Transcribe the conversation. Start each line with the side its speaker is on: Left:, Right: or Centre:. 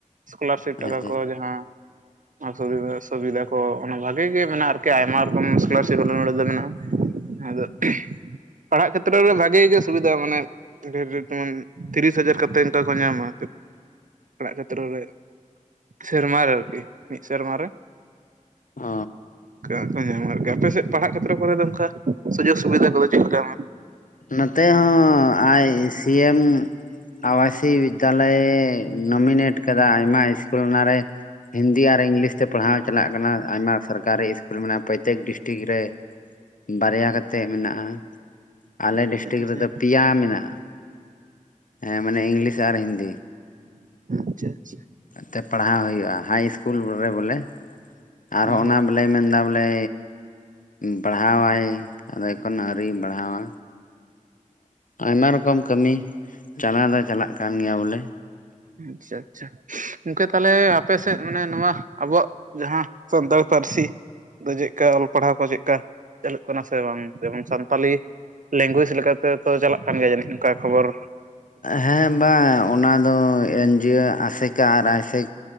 Right: ᱥᱠᱚᱞᱟᱨᱥᱤᱯ ᱴᱟᱠᱟ
Left: ᱟᱪᱪᱷᱟ
Right: ᱠᱚ ᱡᱟᱦᱟᱸ ᱚᱱᱟ ᱥᱩᱵᱤᱫᱷᱟ ᱥᱩᱵᱤᱫᱷᱟ ᱠᱚ ᱚᱱᱟ ᱵᱷᱟᱜᱮ ᱜᱮ ᱢᱮᱱᱟᱜᱼᱟ ᱟᱨᱠᱤ ᱟᱭᱢᱟ ᱨᱚᱠᱚᱢ ᱥᱠᱚᱞᱟᱨᱥᱤᱯ ᱢᱟᱱᱮ ᱱᱚᱰᱮ ᱫᱚ ᱢᱮᱱᱟᱜᱼᱟ ᱟᱫᱚ ᱯᱟᱲᱦᱟᱜ ᱠᱷᱮᱛᱨᱮ ᱨᱮ ᱵᱷᱟᱜᱮ ᱜᱮ ᱥᱩᱵᱤᱫᱷᱟ ᱢᱟᱱᱮ ᱰᱷᱮᱨ ᱡᱮᱢᱚᱱ ᱛᱤᱨᱤᱥ ᱦᱟᱡᱟᱨ ᱠᱟᱛᱮᱫ ᱚᱱᱠᱟ ᱠᱚ ᱧᱟᱢᱟ <unintelligible> ᱠᱷᱮᱛᱨᱚ ᱨᱮ ᱥᱮᱨᱢᱟ ᱨᱮ ᱟᱨᱠᱤ ᱢᱤᱫ ᱥᱮᱨᱢᱟ ᱨᱮ
Left: ᱚ
Right: ᱚᱱᱠᱟ ᱧᱟᱢᱟ ᱟᱨᱠᱤ ᱟᱯᱮ ᱥᱮᱫ ᱯᱟᱲᱟᱜ ᱠᱷᱮᱛᱨᱨᱮ ᱠᱚᱨᱮ ᱫᱚ ᱚᱱᱠᱟ ᱥᱩᱡᱳᱜᱽ ᱥᱩᱵᱤᱫᱷᱟ ᱠᱚᱫᱚ ᱪᱮᱫ ᱠᱚ ᱮᱢ
Left: ᱱᱚᱛᱮ ᱦᱚ ᱟᱭ ᱥᱤ ᱮᱢ ᱟᱣᱟᱥᱤ ᱵᱤᱫᱽᱫᱟᱞᱚᱭ ᱱᱚᱢᱤᱱᱮᱴ ᱠᱟᱫᱟ ᱟᱭᱢᱟ ᱤᱥᱠᱩᱞ ᱚᱱᱟᱨᱮ ᱦᱤᱱ ᱦᱤᱱᱫᱤ ᱟᱨ ᱤᱝᱞᱤᱥ ᱛᱮ ᱯᱟᱲᱦᱟᱣ ᱪᱟᱞᱟᱜ ᱠᱟᱱᱟ ᱟᱭᱢᱟ ᱥᱚᱨᱠᱟᱨᱤ ᱤᱥᱠᱩᱞ ᱢᱮᱱᱟᱜ-ᱟ ᱯᱨᱚᱛᱛᱮᱠ ᱰᱤᱥᱴᱤᱠ ᱨᱮ ᱵᱟᱨᱭᱟ ᱠᱟᱛᱮᱫ ᱢᱮᱱᱟᱜ-ᱟ ᱟᱞᱮ ᱰᱤᱥᱴᱤᱠ
Right: ᱟᱪᱪᱷᱟ ᱟᱪᱪᱷᱟ
Left: ᱨᱮᱫᱚ ᱯᱮᱭᱟ ᱢᱮᱱᱟᱜ-ᱟ ᱦᱮ ᱢᱟᱱᱮ ᱤᱝᱞᱤᱥ ᱟᱨ ᱦᱤᱱᱫᱤ
Right: ᱟᱪᱪᱷᱟ ᱟᱪᱪᱷᱟ
Left: ᱛᱮ ᱯᱟᱲᱦᱟᱣ ᱦᱩᱭᱩᱜᱼᱟ ᱦᱟᱭ ᱤᱥᱠᱩᱞ ᱨᱮ ᱵᱚᱞᱮ ᱟᱨᱦᱚᱸ
Right: ᱚ
Left: ᱚᱱᱟ ᱵᱚᱞᱮ ᱢᱮᱱᱫᱟ ᱵᱚᱞᱮ ᱯᱟᱲᱦᱟᱣᱟᱭ ᱟᱫᱚ ᱮᱠᱷᱚᱱ ᱟᱹᱣᱨᱤᱭ ᱯᱟᱲᱦᱟᱣᱟ ᱟᱭᱢᱟ ᱨᱚᱠᱚᱢ ᱠᱟᱹᱢᱤ ᱪᱟᱞᱟᱣ ᱫᱚ ᱪᱟᱞᱟᱜ ᱠᱟᱱ ᱜᱮᱭᱟ ᱵᱚᱞᱮ
Right: ᱟᱪᱪᱷᱟ ᱟᱪᱪᱷᱟ ᱜᱚᱢᱠᱮ ᱛᱟᱦᱞᱮ ᱟᱯᱮ ᱥᱮᱫ ᱢᱟᱱᱮ ᱱᱚᱣᱟ ᱟᱵᱚᱣᱟᱜ ᱡᱟᱦᱟᱸ ᱥᱟᱱᱛᱟᱲ ᱯᱟᱹᱨᱥᱤ ᱫᱚ ᱪᱮᱫᱠᱟ ᱚᱞ ᱯᱟᱲᱦᱟᱣ ᱠᱚ ᱪᱮᱫᱞᱮᱠᱟ ᱪᱟᱹᱞᱩᱜ ᱠᱟᱱᱟ ᱥᱮ ᱵᱟᱝ ᱡᱮᱢᱚᱱ ᱥᱟᱱᱛᱟᱞᱤ ᱞᱮᱝᱜᱩᱭᱮᱡᱽ ᱞᱮᱠᱟ ᱞᱮᱠᱟᱛᱮ ᱛᱚ ᱪᱟᱞᱟᱜ ᱠᱟᱱ ᱜᱮᱭᱟ ᱡᱟᱹᱱᱤᱡ ᱚᱱᱠᱟ ᱠᱷᱚᱵᱚᱨ
Left: ᱦᱮ ᱵᱟᱝ ᱚᱱᱟᱫᱚ ᱮᱱᱡᱤᱭᱳ ᱟᱥᱮᱠᱟ ᱟᱨ ᱟᱥᱮᱠ